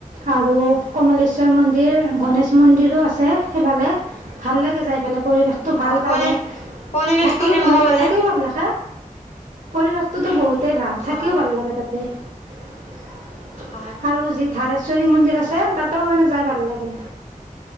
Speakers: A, on the right; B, on the left.
A: আৰু কমলেশ্বৰ মন্দিৰ গণেশ মন্দিৰো আছে সেইফালে, ভাল লাগে যায়ফালে। পৰিৱেশটো ভাল
B: অ পৰি
A: তাৰে
B: পৰিৱেশটো
A: থাকিও
B: কেনেকুৱা
A: ভাল
B: মানে
A: থাকিও ভাল লখা <unintelligible> পৰিৱেশটোতো বহুতেই ভাল থাকে।
B: হয়
A: কিয় ভাল লাগে তাতে। <unintelligible>
B: হয়,
A: আৰু যি থাৰেশ্বৰী মন্দিৰ আছে তাতেও মানে যাই ভাল লাগে।